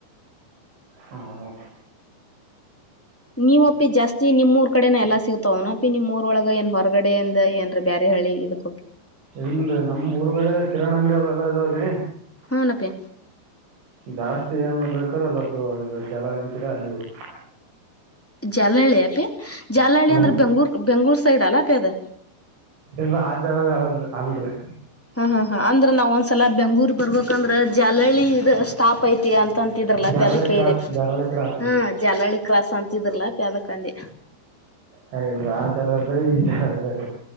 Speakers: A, on the right; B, in the centre.
A: ಹಾ
B: ನೀವ ಅಪ್ಪಿ ಜಾಸ್ತಿ ನಿಮ್ೂಊರ್ ಕಡೆನ ಎಲ್ಲಾ ಸಿಗತಾವನಪಿ ನಿಮ್ೂರೊಳಗ ಏನ್ ಹೊರಗಡೆ ಅಂದ ಏನ್ರೀ ಬೇರೆ <inaudible> ಹೇಳಳಿ ಇದಕ್ಕೊಕೆ
A: ಇಲ್ರಿ ನಮ್ ಊರ್ಗಡೆ ಕಿರಣ್ ಅಂಗಡಿಯ ಅವಾಗೆಲ್ಲ ಇದಾವ್ರೀ
B: ಹ ಅಪೇ
A: ಜಾಸ್ತಿ ಏನ ಬೇಕಾರ ಅಲ್ಲ ಈ ಜಲಾಳಯಂತಿದೆ ಅಲ್ಲಿ ಹೋಗತು
B: ಜಾಲಹಳ್ಳಿ ಅಪಿ ಜಾಲಹಳ್ಳಿ
A: ಹ್ಞೂ
B: ಅಂದ್ರೆ
A: ರೀ
B: ಬೆಂಗಳೂರ್ ಬೆಂಗ್ಳೂರ್ ಸೈಡ್ ಅಲ್ಲ ಅಪಿ ಅದ
A: ಇಲ್ ಆರ ಹೇಳ ಅಲ್ರರಿ
B: ಹಾ ಹಾ ಹಾ ಅಂದ್ರೆ ನಾವ್ ಒಂದ್ಸಲ ಬೆಂಗಳೂರ್ ಬರ್ಬೇಕ ಅಂದ್ರೆ ಜಲಳ್ಳಿ ಇ ಸ್ಟಾಪ್ ಐತಿ ಅಂತ ಅಂತಿದ್ರಲ್ಲ
A: ಜಲಾಳಿ
B: ಅದಕ್ಕೆದೆ
A: ಕ್ರಾಸ್ ಜಲಾಳಿ ಕ್ರಾಸ್
B: ಹಾ
A: ರೀ
B: ಜಲಳಿ ಕ್ರಾಸ ಅಂತಿದ್ರಲ ಪ್ಯದಕಂಡಿ
A: ಹಾಗಲ್ರ ಆ ಜರ ಬೇರ ಈ ಜರ ಬೇರ